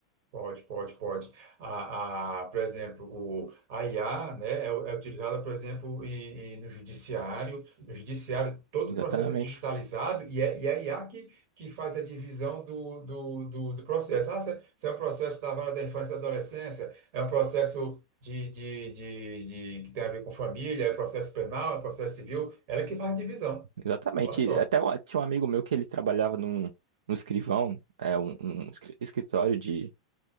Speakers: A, on the right; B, on the right.
A: Pode, pode, pode. A, a, por exemplo, o, a IA, né, é, é utilizada, por exemplo, e, e no judiciário. No judiciário, todo
B: exatamente.
A: o processo é digitalizado e é, e é a IA que, que faz a divisão do, do, do, do processo. Ah, se é se é o processo da vara da infância e adolescência, é um processo de, de, de, de- que tem a ver com família, é processo penal, é processo civil. Ela é que faz a divisão.
B: Exatamente.
A: Olha só.
B: Até um- tinha um amigo meu que ele trabalhava num, num escrivão, é, um, um escri- escritório de,